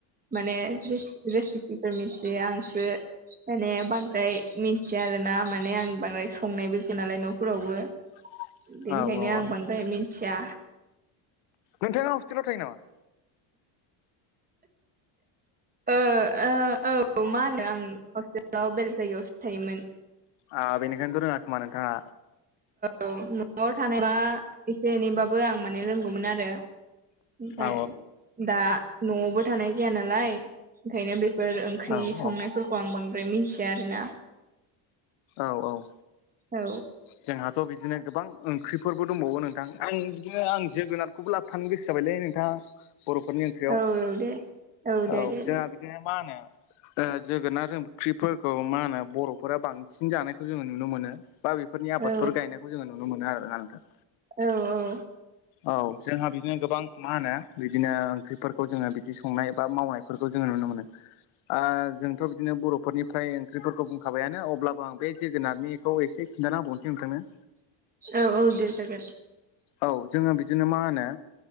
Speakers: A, on the right; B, on the left.
A: माने रेसि-रेसिपिफोर मिथियो आंसो माने बांद्राय मिथिया आरो ना माने आं बांद्राय संनायबो जाया नालाय न'फोरावबो।
B: <inaudible>
A: बेनिखायनो
B: औ
A: आं
B: औ
A: बांद्राय मिथिया।
B: नोंथाङा हस्टेलाव थायो नामा?
A: ओ ओ औ मा होनो आं हस्टेलाव बेलग जायगायावसो थायोमोन।
B: आ बेनिखायनो थ' रोङा खोमा नोंथाङा।
A: औ न'आव थानाय बा एसे एनैबाबो आं माने रोंगौमोन आरो। ओमफाय
B: औ
A: दा न'आवबो थानाय जाया नालाय ओंखायनो बे फोर ओंख्रि
B: औ
A: संनायफोरखौ
B: औ
A: आं बांद्राय मिथिया आरोना।
B: औ औ।
A: औ।
B: जोंहाथ' बिदिनो गोबां ओंख्रिफोरबो दंबावो नोंथां आं बिदिनो आं जोगोनारखौबो लाबोफानो गो सो जाबायलै नोंथां बर'फोरनि ओंख्रियाव।
A: औ औ दे दे
B: औ
A: दे
B: जोंहा
A: दे
B: बिदिनो मा होनो ओ जोगोनार ओंख्रिफोरखौ मा होनो बर'फोरा बांसिन जानायखौ जोङो नुनो मोनो। बा बेफोरनि आबादफोर
A: औ
B: गायनायखौ जोङो नुनो मोनो आरोना नोंथां।
A: औ औ।
B: औ जोंहा बिदिनो गोबां मा होनो बिदिनो ओंख्रिफोरखौ जोङो बिदि संनाय बा मावनायफोरखौ जोङो नुनो मोनो। आ जों थ' बिदिनो बर'फोरनिफ्राय ओंख्रिफोरखौ बुंखाबायानो अब्लाबो आं बे जोगोनारनिखौ एसे खिन्थानाबावनोसै नोंथांनो।
A: औ औ दे जागोन।
B: औ जोङो बिदिनो मा होनो